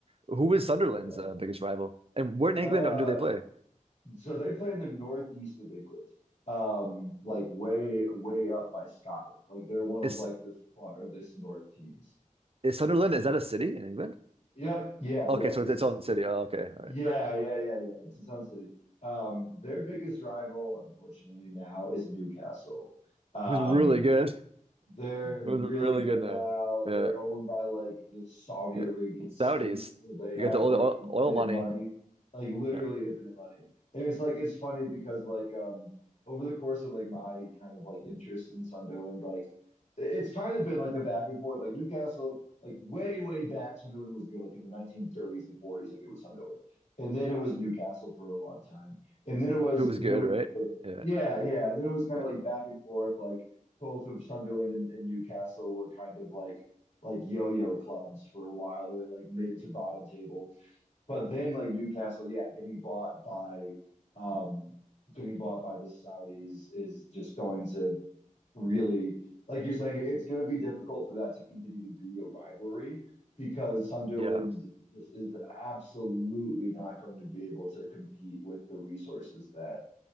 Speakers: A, on the right; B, on the left.
A: Who is Sunderland's
B: yeah.
A: uh, biggest rival? And where in England
B: Uh,
A: do they play?
B: so they play in the northeast of England, um, like way way up by Scotland. Like they're one of
A: Is
B: like the farthest north teams.
A: is Sunderland, is that a city in England?
B: Yep. Yeah.
A: Okay,
B: Yep.
A: so
B: It's
A: it's its
B: a city.
A: own city. Oh, okay, all
B: Yeah.
A: right.
B: Yeah. Yeah. Yeah. It's its own city. Um, their biggest rival, unfortunately, now is Newcastle. Um,
A: Who's really good?
B: they're
A: Who's
B: really
A: really
B: good
A: good now?
B: now.
A: Yeah,
B: They're owned by like the Saudi
A: yeah.
B: Arabian state,
A: Saudis.
B: so they
A: They
B: have
A: got the oil,
B: like infinite
A: oil money.
B: money, like literally
A: Yeah.
B: infinite money. And it's like it's funny because like um over the course of like my kind of like interest in Sunderland, like it's kind of been like a back and forth. Like Newcastle, like way way back, Sunderland was good, like in the 1930s and 40s, like it was Sunderland, and then it was Newcastle for a long time, and then it was,
A: Who was
B: and
A: good,
B: then it was,
A: right? Yeah,
B: yeah, yeah, and then it was kind
A: yeah,
B: of like back and forth, like both of Sunderland and, and Newcastle were kind of like like yo-yo clubs for a while, or they like mid to bottom table. But then like Newcastle, yeah, getting bought by um getting bought by the Saudis is just going to really like you're saying it's going to be difficult for that to continue to be a rivalry because Sunderland
A: yeah.
B: just is absolutely not going to be able to compete with the resources that